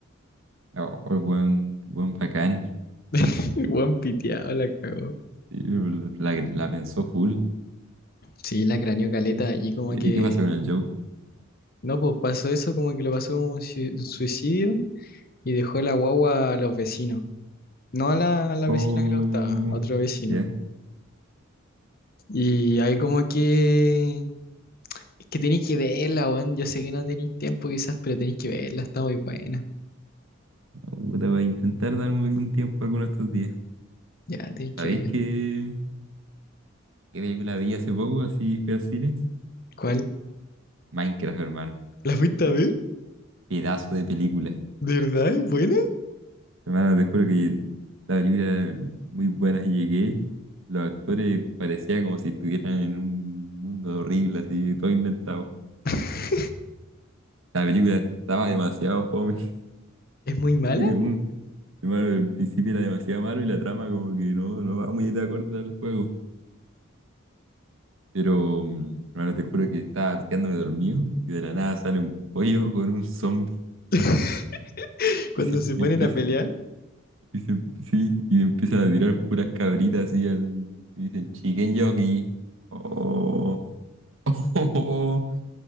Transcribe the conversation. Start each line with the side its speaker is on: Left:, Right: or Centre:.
Right: Oh, buen, buen bacán.
Left: <laughs> El Buen piteado la cagó.
Right: Sí, La, la pensó full.
Left: Sí, la craneó caleta y como
Right: ¿Y
Left: que,
Right: qué pasó con el Joe?
Left: no, pues pasó eso, como que lo pasó como un sui- un suicidio y dejó la guagua a los vecinos. No a la, a la
Right: Oh,
Left: vecina que le gustaba, a otro vecino.
Right: ya.
Left: Y ahí como que... Es que tenéis que verla, weón. Yo sé que no tenéis tiempo quizás, pero tenéis que verla, está muy buena.
Right: Puta, voy a intentar darme algún tiempo alguno de estos días.
Left: Ya, tenéis que
Right: ¿Sabéis
Left: verla.
Right: qué, qué película vi hace poco? Así fui al cine.
Left: ¿Cuál?
Right: Minecraft, hermano.
Left: ¿La fuiste a ver?
Right: Pedazo de película.
Left: ¿De verdad es buena?
Right: Hermano, te juro que la película era muy buena. Llegué, los actores parecía como si estuvieran en un mundo horrible, así, todo inventado.
Left: <laughs>
Right: La película estaba demasiado fome. <laughs>
Left: ¿Es muy mala?
Right: Y de un, hermano, el principio era demasiado malo y la trama como que no, no va muy de acuerdo al juego. Pero mm, ahora te juro que estaba picándome dormido y de la nada sale un pollo con un zombie
Left: <laughs> Cuando
Right: y se empie-
Left: se ponen
Right: empieza,
Left: a pelear.
Right: y se- sí, y empiezan a tirar puras cabritas así al, y dicen chicken jockey. Oh, <laughs>